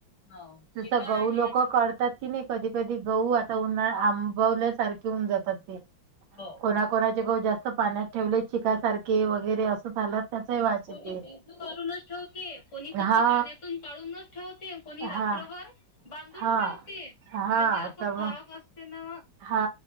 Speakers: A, on the left; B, on the right.
A: हो
B: जस
A: ते तर
B: गहू
A: आहे
B: लोक करतात की नाही. कधी कधी गहू आता उन्हाळा आंबवल्यासारखे होऊन जातात ते.
A: हो
B: कोणाकोणाचे गहू जास्त पाण्यात ठेवले चिका सारखे वगैरे असं झालं त्याचाही वास
A: कोणी
B: येते
A: भीजु घालुनच ठेवते कोणी फक्त
B: हा
A: पाण्यातून काढूनच ठेवते. कोणी
B: हा
A: रात्रभर बांधून
B: हा
A: ठेवते
B: हा
A: म्हणजे असं
B: तर
A: फरक
B: मग
A: असते ना
B: हा